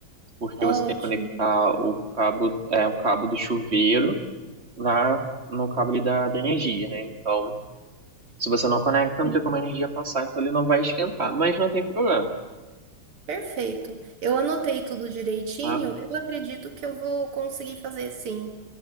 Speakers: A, on the right; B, on the right.
A: Porque
B: Ótimo.
A: você tem que conectar o cabo, é, o cabo do chuveiro na, no cabo ali da, da energia, né? Então, se você não conecta, não tem como a energia passar, então ele não vai esquentar, mas não tem problema,
B: Perfeito. Eu anotei tudo direitinho.
A: tá?
B: Eu acredito que eu vou conseguir fazer sim.